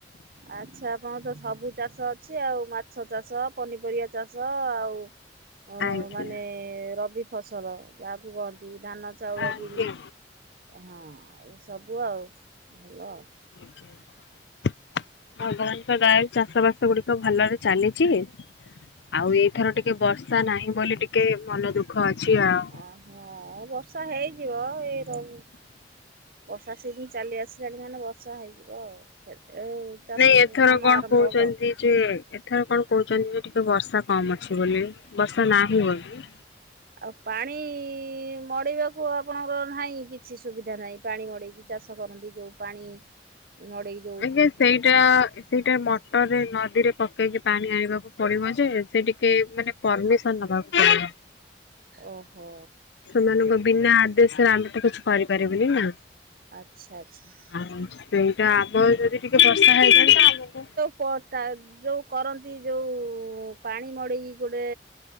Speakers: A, on the right (about 55°); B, on the left (about 75°).
A: ଆଚ୍ଛା, ଆପଣଙ୍କର ତ ସବୁ ଚାଷ ଅଛି ଆଉ ମାଛ ଚାଷ, ପନିପରିବା ଚାଷ ଆଉ ଅ
B: ଆଜ୍ଞା
A: ମାନେ ରବି ଫସଲ ଯାହାକୁ କହନ୍ତି ଧାନ, ଚାଉଳ,
B: ଆଜ୍ଞା।
A: ବିରି ହଁ ଏସବୁ ଆଉ ଭଲ
B: <unintelligible> ଭଗବାନଙ୍କ ଦୟାରୁ ଚାଷ ବାସ ଗୁଡିକ ଭଲରେ ଚାଲିଚି ଆଉ ଏଇଥର ଟିକେ ବର୍ଷା ନାହିଁ ବୋଲି ଟିକେ ମନ ଦୁଃଖ ଅଛି ଆଉ
A: ଆହା ବର୍ଷା ହେଇଯିବ ଏଇ ର ବର୍ଷା ସିଜିନ ଚାଲି ଆସିଲା କି ମାନେ ବର୍ଷା ହେଇଯିବ ଆଉ ହେଲେ ଚାଷ
B: ନାଇଁ ଏଥର
A: କାମ
B: କଣ
A: ଆରମ୍ଭ
B: କହୁଛନ୍ତି
A: ହବ ଆଉ
B: ଯେ ଏଥର କଣ କହୁଛନ୍ତି ଯେ ଟିକେ ବର୍ଷା କମ ଅଛି ବୋଲି ବର୍ଷା ନାହିଁ ବୋଲି
A: ଆଉ ପାଣି ମଡେଇବାକୁ ଆପଣଙ୍କର ନାହିଁ କି କିଛି ସୁବିଧା ନାହିଁ, ପାଣି ମଡେଇକି ଚାଷ କରନ୍ତି ଯୋଉ ପାଣି ମଡେଇ
B: ଆଜ୍ଞା ସେଇଟା ଆ ଇସ୍ ସେଇଟା ମଟରରେ ନଦୀରେ ପକେଇକି ପାଣି ଆଣିବାକୁ ପଡିବ ଯେ ହେଲେ ଟିକେ ମାନେ ପରମିସନ ନବାକୁ ପଡ଼ିବ।
A: ଓହୋ
B: ସେମାନଙ୍କ ବିନା ଆଦେଶରେ ଆମେ ତ କିଛି କରିପାରିବୁନି ନା।
A: ଆଚ୍ଛା ଆଚ୍ଛା।
B: ଆରାମ୍ ସେ ସେଇଟା ଆଗ ହୋଇ ଯଦି ଟିକେ ବର୍ଷା ହେଇଥାଆନ୍ତା ତ ଆଉ ଗୋଟେ
A: ଅଟା ଯୋଉ କରନ୍ତି ଯୋଉ ପାଣି ମଡେକି ଗୋଟେ